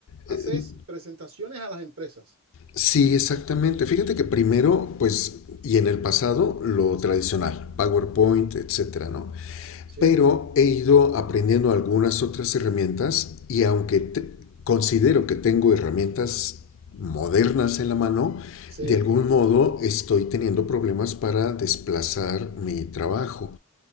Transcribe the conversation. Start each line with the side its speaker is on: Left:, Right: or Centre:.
Right: Haces
Left: Eh,
Right: presentaciones a las empresas.
Left: Sí, exactamente. Fíjate que primero, pues, y en el pasado, lo tradicional, PowerPoint, etcétera, ¿no?
Right: Sí,
Left: Pero he ido aprendiendo algunas otras herramientas y aunque te- considero que tengo herramientas modernas en la mano,
Right: sí.
Left: de algún modo estoy teniendo problemas para desplazar mi trabajo.